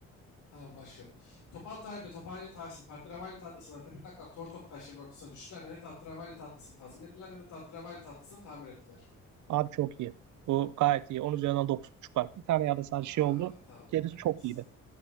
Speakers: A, on the left; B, on the right.
A: Tamam başlıyorum. Topal Talebe, Tophaneli Tahsin, Tahterevalli tahtasından tepe taklak tor top taşlarının ortasına düştüler. Ne tahterevalli tahtasını tazmin ettiler ne de tahterevalli tahtasını tamir ettiler.
B: Abi çok iyi. Bu gayet iyi. 10 üzerinden 9.5 var. Bir tane yerde sadece
A: Aa,
B: şey oldu.
A: tamam
B: Gerisi
A: evet.
B: çok iyiydi.